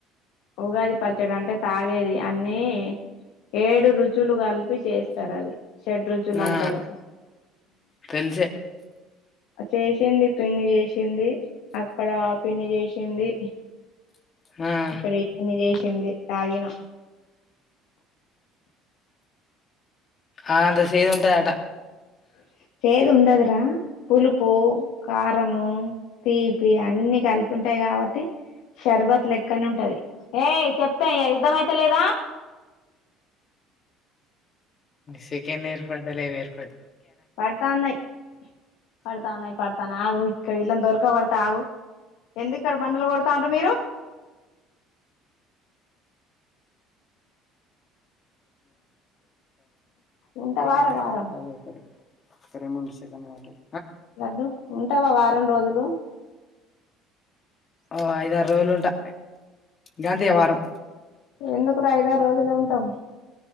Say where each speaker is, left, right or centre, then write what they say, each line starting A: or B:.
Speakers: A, on the left; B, on the left.
A: ఉగాది పచ్చడి అంటే తాగేది అన్ని ఏడు రుచులు కలిపి చేస్తారు అది షెడ రుచులు
B: ఆ
A: అంటారు
B: తెలిసే
A: చేసింది పిన్ని చేసింది అక్కడ ఆ పిన్ని చేసింది
B: ఆ
A: ఇక్కడ ఏపిన్ని చేసింది తాగిన
B: ఆ అంతా సేదు ఉంటాయాట
A: అ సేదు ఉండదురా పులుపు కారంము తీపి అన్ని కలిపి ఉంటాయి కాబట్టి షర్బత్ లెక్కనే ఉంటది ఏ చెప్దేఅర్ధం అయితే లేదా
B: సకండ్ ఏర్ పడుతా లఏరు
A: పడతాన్నయి పడతాన్నయి పడతాన ఆ ఇక్క ఇల్లా దొర్క పర్తా ఆగు ఎందుకు ఇక్కడ బండలు కొడుతాంటారు మీరు ఉంటావారా
B: ైతేేనా
A: వారం
B: అద సర ేమన్ సకడ్
A: డు ఉంటావా వారం రోజులు
B: ఓ ఐదారు రోజులు ఉంటా గాంధీ వారం
A: ఎందుకురు ఐదారు రోజులే ఉంటాం